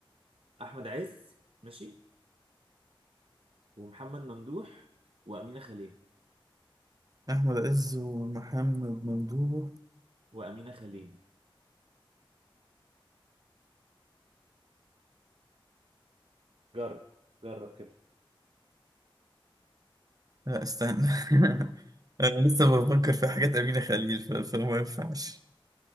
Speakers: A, on the right (about 80°); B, on the right (about 40°).
A: احمد عز ماشي ومحمد ممدوح وامينه خليل
B: احمد عز ومحمد ممدوح
A: وامينه خليل جرب جرب كده
B: لا استنى <laughs> انا لسه بفكر في حاجات امينه خليل ف- فما ينفعش